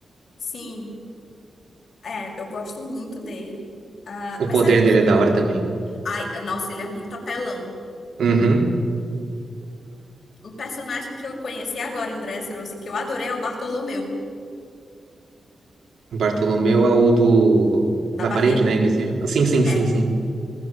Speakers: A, on the left; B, on the right.
A: Sim, é, eu gosto muito dele. Ah,
B: O
A: mas
B: poder
A: sabe que.
B: dele é da hora também.
A: Ai, nossa, ele é muito apelão.
B: Uhum.
A: Um personagem que eu conheci agora em Dressrosa e que eu adorei é o Bartolomeu,
B: Bartolomeu é o do...
A: da
B: Da
A: Barreira.
B: parede, né? Invisível. Sim, sim,
A: É.
B: sim, sim.